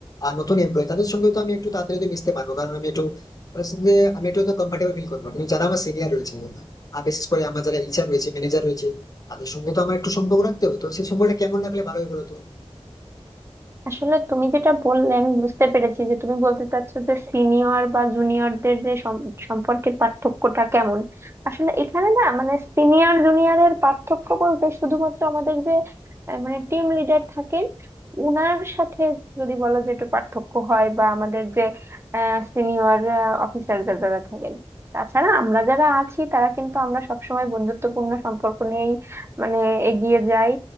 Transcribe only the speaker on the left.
আর নতুন এমপ্লয়ি তাদের সঙ্গে তো আমি একটু তাড়াতাড়ি হয়তো মিশতে পারবো কারণ আমি একটু তাদের সঙ্গে আমি একটু হয়তো কমফর্টেবল ফিল করবো কিন্তু যারা আমার সিনিয়র রয়েছে আর বিশেষ করে আমার যারা ইচার রয়েছে ম্যানেজার রয়েছে তাদের সঙ্গে তো আমার একটু সম্পর্ক রাখতে হবে তো সেই সম্পর্কটা কেমন রাখলে ভালো হবে বলতো